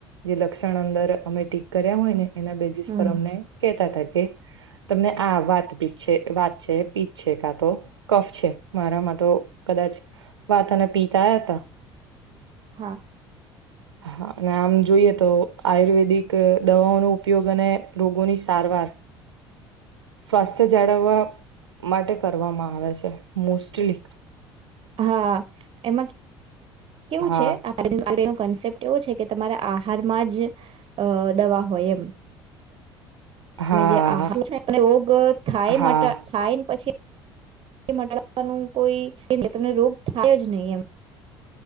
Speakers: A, on the right; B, on the right.
A: જે લક્ષણ અંદર અમે ટીક કર્યા હોય ને એના બેઝિસ
B: હમ
A: પર અમને કહેતા હતા. તમને આ વાત પી છે વાત છે, પીત છે કા તો કફ છે મારામાં તો કદાચ વાત અને પીત આયા હતા,
B: હા.
A: હા અને આમ જોઈએ તો આયુર્વેદિક દવાઓનો ઉપયોગ અને રોગોની સારવાર સ્વાસ્થ્ય જાળવવા માટે કરવામાં આવે છે મોસ્ટલી
B: હા એમાં કેવું
A: હા
B: છે <unintelligible> કનસેપટ એવો છે કે તમારે આહારમાં જ દવા હોય એમ
A: હા
B: તમે જે આહાર રોગ થાય
A: હા
B: માટે થાયને <unintelligible> પછી એ મટાડવાનું કોઈ તમને રોગ થાય જ નહી એમ